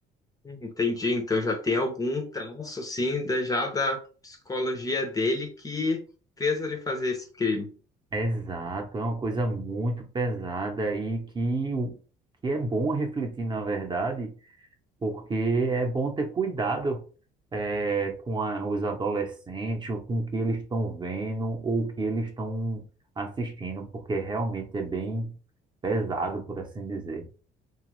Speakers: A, on the left; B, on the right.
A: Hum, Entendi, então já tem algum traço assim da, já da psicologia dele que fez ele fazer esse crime.
B: Exato, é uma coisa muito pesada e que, o- que é bom refletir, na verdade, porque é bom ter cuidado eh, com a- os adolescentes, ou com o que eles estão vendo ou o que eles estão assistindo, porque realmente é bem pesado, por assim dizer.